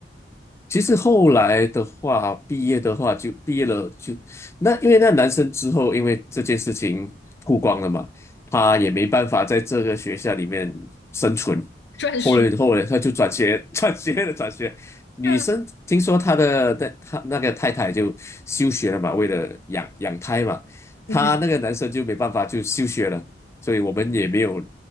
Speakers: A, on the left; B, on the left.
A: 其实后来的话，毕业的话就毕业了就，那因为那男生之后，因为这件事情曝光了嘛，他也没办法在这个学校里面生存。
B: 转学
A: 后来后来他就转学，<laughs> 转学了，转学。女生听说他的那他那个太太就休学了嘛，
B: 啊，
A: 为了养养胎嘛，
B: 哎呦，
A: 他那个男生就没办法就休学了，所以我们也没有